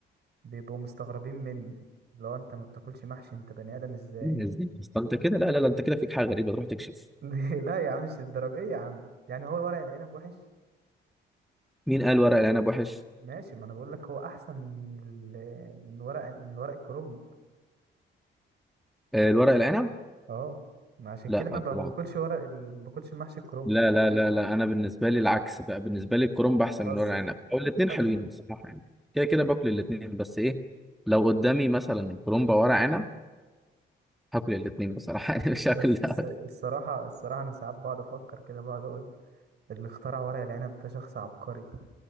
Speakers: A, on the right; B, in the centre.
A: بيبقوا مستغربين مني لو انت ما بتاكلش محشي انت بني ادم ازاي
B: مم، ازاي اصلا انت كده لا لا لا انت كده فيك حاجه غريبه تروح تكشف
A: <laughs> لا يا عم مش الدرجه ايه يا عم يعني هو ورق العنب وحش
B: مين قال ورق العنب وحش
A: ماشي ما انا بقول لك هو احسن من ال... من ورق من ورق الكرنب
B: آه الورق العنب
A: اه ما عشان
B: لا
A: كده انا ما
B: طبعا
A: باكلش ورق ال... ما باكلش محشي الكرنب
B: لا لا لا لا انا بالنسبه لي العكس بقى بالنسبه لي الكرنب احسن
A: بتهزر
B: من ورق العنب او الاثنين
A: أنت بتهزر
B: حلوين بصراحه يعني كده كده باكل الاثنين بس ايه لو قدامي مثلا كرنب او ورق عنب هاكل الاثنين بصراحه <laughs> يعني مش هاكل
A: بس
B: ده
A: الس- الصراحة الصراحة أنا ساعات بقعد أفكر كده بقعد أقول اللي اخترع ورق العنب ده شخص عبقري